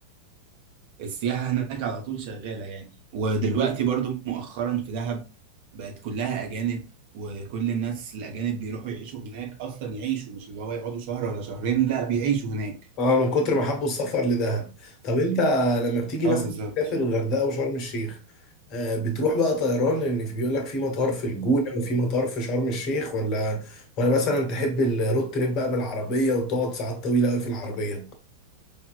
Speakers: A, on the right; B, on the left.
A: السياحة هناك على طول شغالة يعني ودلوقتي برضو مؤخرا في دهب بقت كلها أجانب وكل الناس الأجانب بيروحوا يعيشوا هناك أصلا يعيشوا مش اللي هو يقعدوا شهر ولا شهرين لا بيعيشوا هناك
B: اه من كتر ما حبوا السفر لدهب طب انت لما بتيجي
A: اه
B: مثلا
A: بالظبط
B: تسافر الغردقه وشرم الشيخ آه، بتروح بقى طيران لان في بيقول لك في مطار في الجونه وفي مطار في شرم الشيخ ولا ولا مثلا تحب الرود تريب بقى بالعربيه وتقعد ساعات طويله قوي في العربيه